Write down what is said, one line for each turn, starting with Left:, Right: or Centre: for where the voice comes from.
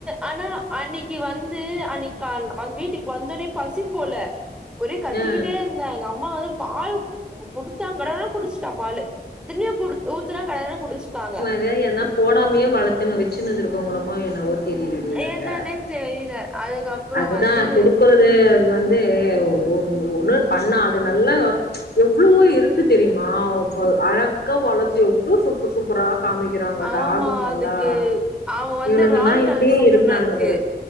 Centre: அனா அன்னீக்கு வந்து அன்னைக்கு கால் வந் வீட்டுக்கு வந்தோடனே பசி போல ஒரே கத்திக்கிட்டே
Left: ஆ
Centre: இருந்தா எங்க அம்மா வந்து பால் குடுத்தாங்குறே குடிச்சட்டா பால்லு தின்னய குடுத் ஊத்துனா கட கடன்னு குடுஸ்ட்டாங்க
Left: வேற யார்ன்னா போடாமயே வளத்துணு வெச்சுனு இருந்துகோவொங்களமோ என்னவோ தெரியலடி அங்க
Centre: என்னன்னே தெரியல அதுக்கப்புறோ
Left: அதுதான்
Centre: வந்து
Left: குடுக்குறது வந் தே ஒரு ஒன்னு பண்ணா நல்லா எவ்ளவோ இருக்கு தெரியுமா அழகா வளத்து எவ்ளோ சூப்பர் சூப்பரா காமிக்கிறாங்கொ டாகுங்க
Centre: ஆமா அதுக்கு
Left: எல்லா
Centre: அவங்க வந்து
Left: இவனுங்கல்லா
Centre: ராயல் கலர்
Left: இப்டியே
Centre: ஃபுட்
Left: இருக்குறானுங்க
Centre: ஒன்னு இருக்கு
Left: பாரு